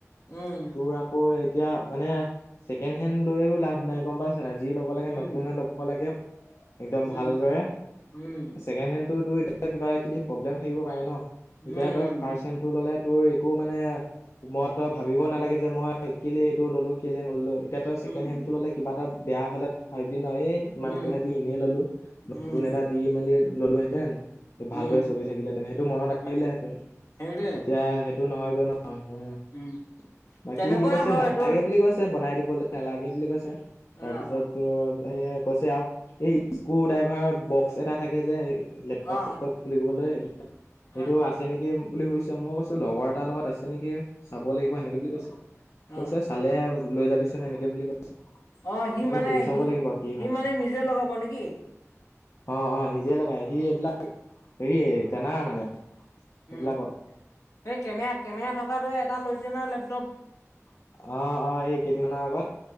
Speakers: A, on the left; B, on the left.
A: উম
B: তোৰ আকৌ এতিয়া মানে ছেকেণ্ড হেণ্ড লৈও লাভ নাই গম পাই নাই যি ল'ব লাগে
A: উম
B: নতুনে ল'ব লাগে একদম
A: উম
B: ভালদৰে
A: উম।
B: ছেকেণ্ড হেণ্ডটোতো তোৰ এতিয়া কিবা কিবি প্ৰব্লেম থাকিব পাৰে ন' এতিয়া
A: উম
B: তই ফাৰ্ষ্ট ললে তোৰ একো মানে ম-ভাবিব নালাগে যে মই কেলে এইটো ল'লো কেলে নলো এতিয়া
A: উম
B: তই ছেকেণ্ড হেণ্ডটো ললে কিবাটা বেয়া হ'লে ভাবিবি নয় এই ইমান
A: উম উম
B: পইচা দি এনেই ললো নতুন
A: উম
B: এটা দি মেলি ললোহেতেন
A: উম
B: ভালদৰে চলি থাকিলেেঁতেন সেইটো মনত
A: উম
B: আহিলেহেঁতেন
A: সেইটোৱে
B: এতিয়া সেইটো নহয়গৈ ন' উ,
A: উম
B: বাকী
A: তেনেকুৱা
B: সি কৈছে
A: হয়
B: নালাগে
A: তোৰ
B: বুলি কৈছে। বনাই দিবলৈ নালাগে বুলি কৈছে
A: অ
B: তাৰপিছত
A: অ
B: সে কৈছে আৰু এই স্ক্ৰু ড্ৰাইভাৰ বক্স এটা থাকে যে লেপটপ
A: অ
B: চেপটপ ফুলিগবলৈ সেইটো
A: অ
B: আছে নেকি বুলি সুধিছে, মই কৈছো লগৰ এটাৰ লগত আছে নেকি। চাব লাগিব সেনেকে বুলি কৈছোঁ,
A: অ
B: কৈছে
A: অ
B: চালে লৈ যাবিচোন এনেকে বুলি কৈছে।
A: অ' সি
B: তাকে
A: মানে
B: সুধি চাব
A: সি
B: লাগিব কি
A: সি
B: হয়।
A: মানে নিজে লগাব নেকি?
B: অ', অ' নিজে লগাই, সি এইবিলাক হেৰি টেনাৰ মানে এইবিলাকত
A: উম, এই কেমেৰা কেমেৰা থকাটোৱে এটা লৈছে না লেপটপ।
B: অ', অ' এই কেইদিনমানৰ আগত